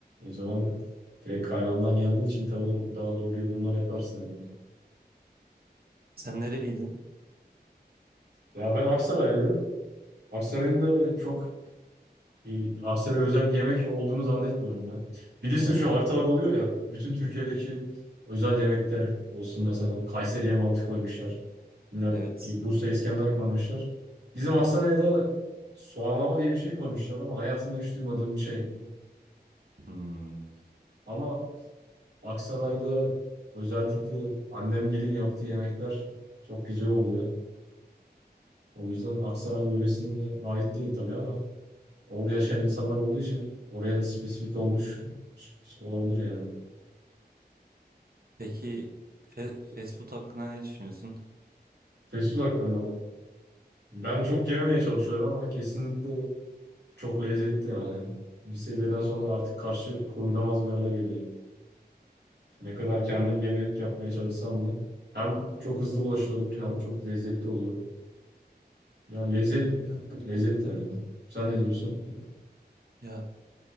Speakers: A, on the right; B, on the right.
A: o zaman direkt kaynağından geldiğin için tabii daha doğru yorumlar yaparsın herhalde.
B: Sen nereliydin?
A: Ya ben Aksaraylıyım. Aksaray'ın da çok bir Aksaray'a özel bir yemek olduğunu zannetmiyorum ya. Bilirsin
B: He,
A: şu haritalar oluyor ya. Bütün Türkiye'deki özel yemekler olsun mesela. Kayseri'ye mantı koymuşlar. Bilmem,
B: evet.
A: Bursa İskender koymuşlar. Bizim Aksaray'a da soğanlama diye bir şey koymuşlar ama hayatımda hiç duymadığım bir şey.
B: Hmm.
A: Ama Aksaray'da özellikle annemgilin yaptığı yemekler çok güzel oluyor. O yüzden Aksaray yöresine ait değil tabii ama Orada yaşayan insanlar olduğu için oraya da spesifik olmuş olabilir yani.
B: Peki fe fast food hakkında ne düşünüyorsun?
A: Fast food hakkında ama. Ben çok yememeye çalışıyorum ama kesinlikle çok lezzetli yani. Bir seviyeden sonra artık karşı koyulamaz bir hale geliyor. Ne kadar kendim yemek yapmaya çalışsam da hem çok hızlı ulaşılabilir hem çok lezzetli oluyor. Ya lezzet, lezzetli yani. Sen ne diyorsun?
B: Ya